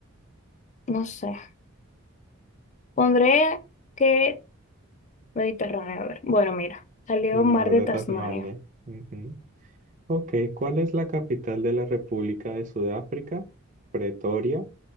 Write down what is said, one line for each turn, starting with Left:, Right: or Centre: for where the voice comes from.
Left: no sé, pondré que Mediterráneo. A ver, bueno, mira, salió
Right: El
Left: Mar
Right: mar
Left: de
Right: de
Left: Tasmania.
Right: Tasmania. Ujú. Ok, ¿cuál es la capital de la República de Sudáfrica? Pretoria,